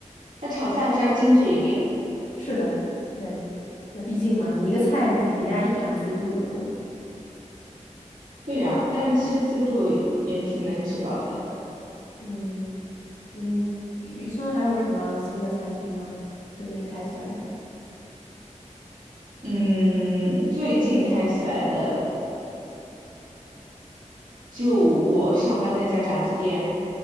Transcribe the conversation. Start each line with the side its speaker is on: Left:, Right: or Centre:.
Right: 它炒菜还是要精致一点，
Left: 是的，对，那毕竟嘛，你一个菜抵人家一盘自助了都。
Right: 对呀，但是吃自助也挺能吃饱的。
Left: 嗯，嗯，渔村还有什么新的餐厅吗？最近开起来的？
Right: 嗯，最近开起来的，就我上班那家炸鸡店，